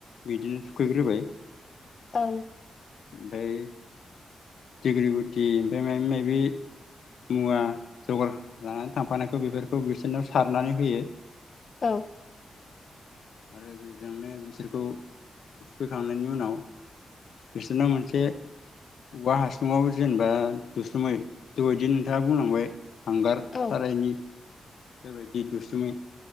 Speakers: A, on the left (about 85°); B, on the left (about 40°).
A: बिदिनो थुखैग्रोबाय।
B: औं।
A: ओमफ्राय। दिग्रि गुटि ओमफ्राय माबि माबि मुवा जगार लानानै थांफानायखौ बेफोरखौ बिसोरनाव सारनानै होयो
B: औ।
A: आरो बेजोंनो बिसोरखौ थुखैखांनायनि उनाव बिसोरना मोनसे औवा हासङाव जेनेबा दुसुमै दबायदि नोंथाङा बुंलांबाय <unintelligible> हांगार
B: औ
A: सारायनि। बेबायदि दुसुमै